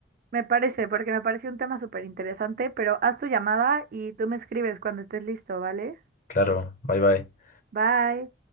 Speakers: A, on the right; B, on the left.
A: Me parece, porque me parece un tema súper interesante, pero haz tu llamada y tú me escribes cuando estés listo, ¿vale?
B: Claro, bye bye.
A: Bye.